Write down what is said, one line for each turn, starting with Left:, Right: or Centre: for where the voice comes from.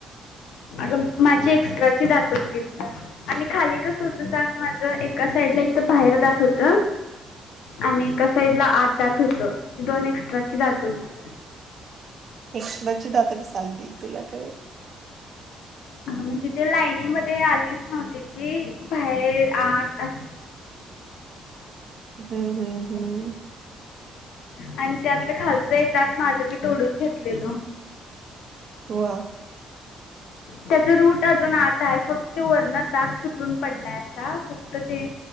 Left: अग माझी एक्स्ट्राची दात होतीत ग आणि खाली कस होत सांग माझ. एका साईड ला इथं बाहेर जात होत. आणि एका साइड ला आठ दात होत दोन एक्स्ट्राची दात होतीत.
Right: एक्स्ट्राची दात <unintelligible> तुला <unintelligible> <inaudible>
Left: ह म्हणजे ते लाईनीमध्ये आलीच नव्हती ती बाहेर आत अशी.
Right: <inaudible> हम्म हम्म
Left: आली.
Right: हम्म
Left: आणि त्यातलं खालच एक तात माझं मी तोडून घेतलेलो.
Right: वा!
Left: त्याच रूट अजून आत आहे फक्त ते वरण दात तुटून पडलाय असा फक्त ते